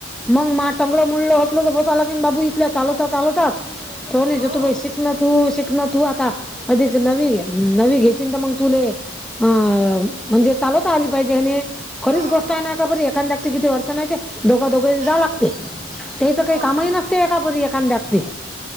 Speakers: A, in the centre; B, on the right.
A: मग म टोंगर मुडलं होतलं तर बाबू इथल्या चालता चालवताच तो नाही
B: हो
A: जतू भाई शिकलात. तू शिकण तू आता अधिक नवी नवी घेतली तर मग तुले. अ म्हणजे चालवता आली पाहिजे खरीच
B: हो
A: गोष्ट
B: हो
A: आहे ना का बरी एखाद्याला किती अडचण आहे ते. दोघा दोघे
B: नाही
A: जाव
B: तर
A: लागते
B: काय
A: त्याच काही
B: हो
A: कामही
B: हो
A: नसते एका बरी एखाद्या गते.